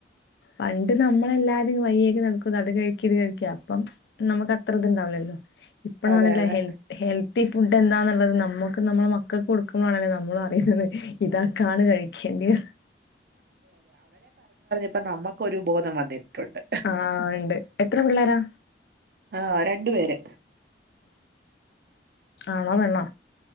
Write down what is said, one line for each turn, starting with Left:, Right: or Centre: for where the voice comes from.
Left: പണ്ട് നമ്മളെല്ലാരും വയ്യേക്ക് നടക്ക അത് കഴിക്കിത് കഴിക്ക അപ്പം നമുക്ക് അത്ര ഇത്ണ്ടാവില്ലല്ലോ ഇപ്പഴാണല്ലോ
Right: അതെ അതെ
Left: ഹെൽത്ത് ഹെൽത്ത് ഹെൽത്തി ഫുഡ് എന്താന്നുള്ളത് നമ്മുക്ക് നമ്മെ മക്കൾക്ക് കൊടുക്കുമ്പോണല്ലോ നമ്മൾ അറിയുന്നത് ഇതാ കാണ്കഴിക്കേണ്ടെ?
Right: ഇപ്പൊ നമ്മുക്കൊരു ബോധം വന്നിട്ടുണ്ട്.
Left: ആ ഉണ്ട് എത്ര പിള്ളേരാ
Right: ആഹ രണ്ടു പേര്.
Left: ആണോ പെണ്ണോ